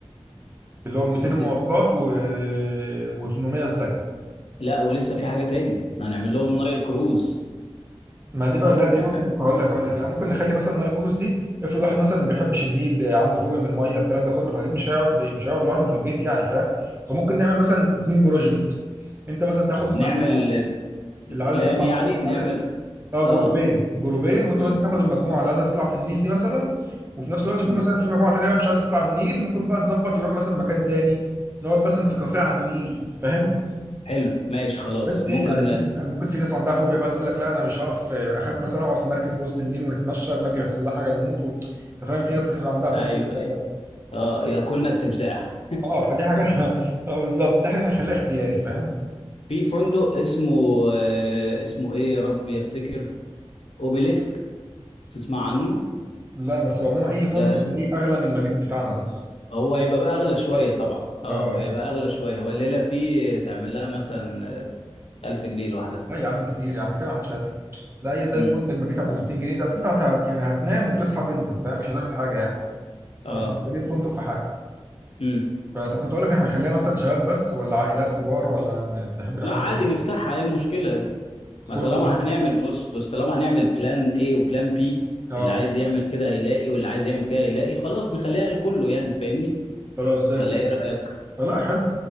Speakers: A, on the right; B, on the left.
A: اللي هو 200 مواصلات
B: لس-
A: و و800 السكن
B: لا ولسه في حاجة تاني احنا هنعمل لهم نايل كروز
A: ما دي بقى لا دي
B: نع-
A: بص ممكن هقول لك هقول لك لا ممكن نخلي مثلا نايل كروز دي افرض واحد مثلا ما بيحبش النيل عنده فوبيا من الميه الكلام ده كله فاكيد مش هيقعد مش هيقعد لوحده في البيت يعني فاهم فممكن نعمل مثلا اتنين بروجكت انت مثلا تاخد مجموعه
B: نعمل بلان
A: اللي عايزه تطلع
B: يعني
A: مثلا
B: نعمل
A: عارف اه
B: اه
A: جروبين جروبين وانت
B: مم.
A: مثلا تاخد المجموعه اللي عايزه تطلع في النيل دي مثلا وفي نفس الوقت يكون
B: مم.
A: مثلا في مجموعه تانيه بقى مش عايزه تطلع النيل ممكن بقى نظبط يروحوا مثلا مكان تاني نقعد مثلا في كافيه على النيل فاهم
B: حلو ماشي خلاص
A: بس ايه
B: ممكن
A: يعني أكيد ممكن في ناس عندها فوبيا بقى تقول لك لا انا مش هقف اخاف مثلا اقعد في مركب في وسط النيل ونتمشى المركب يحصل لها حاجه نموت و... أنت فاهم في ناس بتبقى عندها فوبيا
B: ايوه
A: من
B: ايوه
A: الكلام ده.
B: اه ياكلنا التمساح
A: اه فدي حاجه <laughs> اه بالظبط دي حاجه هنخليها اختياري فاهم
B: في فندق اسمه آه اسمه ايه يا رب يفتكر اوبيليسك تسمع عنه
A: لا بس هو عموما اي فندق
B: ده
A: هتلاقيه اغلى من المبيت بتاعنا ده
B: هو هيبقى بقى اغلى شوية طبعا اه
A: اه
B: هيبقى اغلى شوية هو الليلة فيه تعمل لها مثلا 1000 جنيه لوحدها
A: لا يا عم كتير يا عم كده ما حدش هيطلع لا اي زي
B: امم
A: الفندق المبيت ابو 200 جنيه ده اصل انت هت... هت- يعني هتنام وتصحى تنزل فاهم مش هتعمل حاجه يعني
B: اه
A: مش محتاجين فندق في حاجه
B: امم
A: فطب كنت اقول لك هنخليها مثلا شباب بس ولا عائلات كبار ولا هن- تحب نعملها
B: لا عادي
A: إيه؟
B: نفتحها ايه مشكلة ما
A: كله
B: طالما
A: بقى
B: هنعمل بص بص طالما هنعمل بلان اي وبلان بي
A: اه
B: اللي عايز يعمل كده هيلاقي واللي عايز يعمل كده هيلاقي خلاص نخليها لكله يعني فاهمني
A: خلاص زي
B: ولا
A: الفل
B: ايه رأيك
A: لا حلو